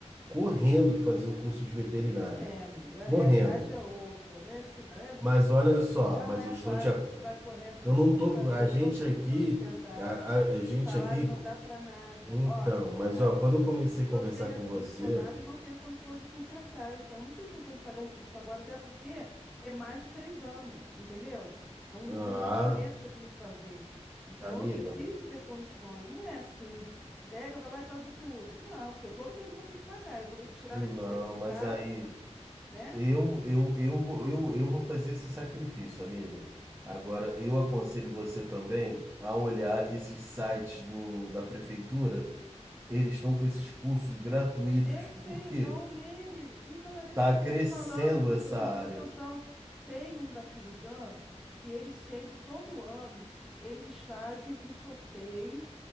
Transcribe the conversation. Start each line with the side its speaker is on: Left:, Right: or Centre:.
Right: correndo fazer o curso de veterinária.
Centre: É, amiga, a
Right: Correndo.
Centre: realidade é outra, né? Se não é
Right: Mas olha só,
Centre: Não
Right: mas
Centre: é
Right: eu estou
Centre: fácil
Right: te. ac-
Centre: se vai correndo, não.
Right: Eu não
Centre: Como
Right: tô.
Centre: eu te falei,
Right: A
Centre: eu tenho
Right: gente
Centre: dois filhos
Right: aqui.
Centre: para sustentar,
Right: A, a- a gente
Centre: salário
Right: aqui.
Centre: não
Right: com-
Centre: dá para nada.
Right: Então,
Centre: Ó,
Right: mas
Centre: a-
Right: ó, quando eu comecei
Centre: eu estou
Right: a conversar
Centre: sem
Right: com
Centre: ar-condicionado
Right: você.
Centre: e não tenho condições de consertar, então não tenho condições de pagar um curso agora, até porque é mais de três anos, entendeu? É um
Right: Ah,
Centre: um investimento que eu tenho que fazer. Então
Right: amiga,
Centre: eu preciso ter condições. Não é assim. Pega, vai lá e faz o curso. Não, porque eu todo mês eu vou ter que pagar. Eu vou ter que tirar
Right: não,
Centre: daqui de dentro de
Right: mas
Centre: casa,
Right: aí.
Centre: né?
Right: Eu, eu, eu, vou- eu, eu vou fazer esse sacrifício, amiga. Agora, eu aconselho você também a olhar esses sites do, da prefeitura. Eles estão com esses cursos gratuitos.
Centre: Eu sei,
Right: Por quê?
Centre: eu já olhei, amigo. Então era isso
Right: Tá
Centre: que eu estava
Right: crescendo
Centre: te falando
Right: essa
Centre: e você
Right: área.
Centre: não prestou atenção. Tem um da Firjan que eles sempre, todo ano, eles fazem um sorteio